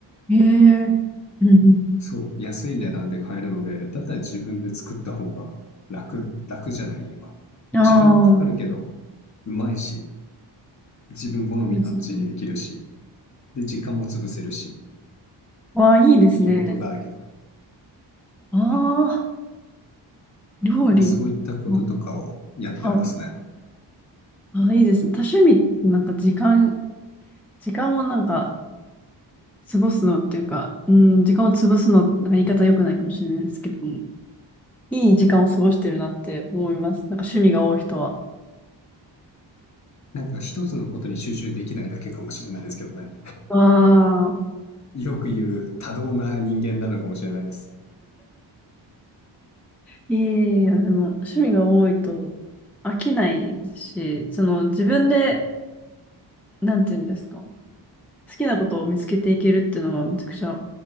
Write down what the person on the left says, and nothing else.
そう、安い値段で買えるので、だったら自分で作った方が楽、楽じゃないわ。
時間はかかるけど、うまいし、自分好みが無事にできるし、
で、時間も潰せるし、
いいことだらけだね。
で、そういったこととかをやってますね。
なんか一つのことに集中できないだけかもしれないですけどね。
よく言う多動な人間なのかもしれないです。